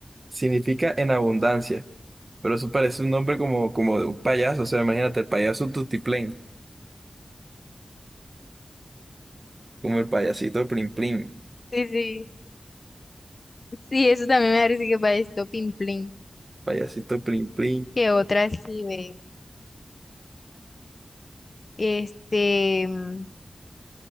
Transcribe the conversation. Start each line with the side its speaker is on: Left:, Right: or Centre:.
Right: significa en abundancia. Pero eso parece un nombre como, como de un payaso. O sea, imagínate, el payaso tutiplén. Como el payasito plin plin.
Left: Sí, sí. Sí, eso también me parece que parece pimplín.
Right: Payasito plin plin.
Left: Que otra sí ve. Este, mm,